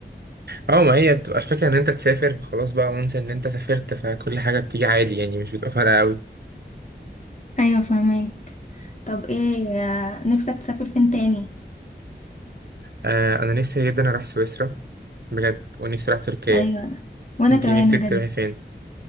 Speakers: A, on the right; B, on the left.
A: اه ما هي بتبقى الفكرة ان انت تسافر خلاص بقى وانسى ان انت سافرت فكل حاجة بتيجي عادي يعني مش بتبقى فارقة قوي
B: ايوه فهمك طب ايه آه، نفسك تسافر فين تاني
A: آه انا نفسي جدا اروح سويسرا بجد ونفسي اروح تركيا
B: ايوه وانا
A: انتي
B: كمان
A: نفسك
B: بجد
A: تروحي فين